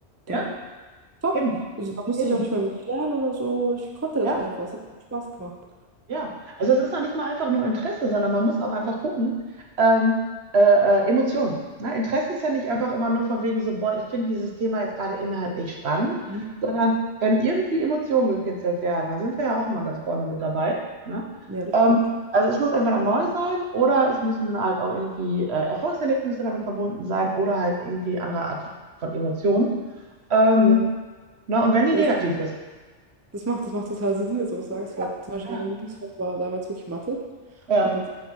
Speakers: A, on the right; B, on the right.
A: ja,
B: Da top.
A: eben,
B: Also da musste
A: eben,
B: ich auch nicht mal wirklich lernen oder so. Ich konnte
A: ja.
B: das einfach. Es hat mir Spaß gemacht.
A: Ja, also es ist noch nicht mal einfach nur Interesse, sondern man muss auch einfach gucken, ähm, äh, äh, Emotionen. Ne? Interesse ist ja nicht einfach immer nur von wegen so, boah, ich finde dieses Thema jetzt gerade inhaltlich spannend,
B: Mhm.
A: sondern wenn irgendwie Emotionen gekitzelt werden, dann sind wir ja auch immer ganz vorne mit dabei. Ne?
B: Ja, das
A: Ähm,
B: stimmt.
A: also es muss entweder neu sein oder es müssen halt auch irgendwie äh, Erfolgserlebnisse damit verbunden sein oder halt irgendwie andere Art von Emotionen. Ähm,
B: Ja.
A: ne? Und wenn die
B: Ja,
A: negativ
B: das
A: ist.
B: das macht, das macht total Sinn, jetzt, wo du sagst,
A: Ja,
B: weil zum Beispiel
A: ja,
B: mein Lieblingsfach war damals wirklich Mathe.
A: ja,
B: Und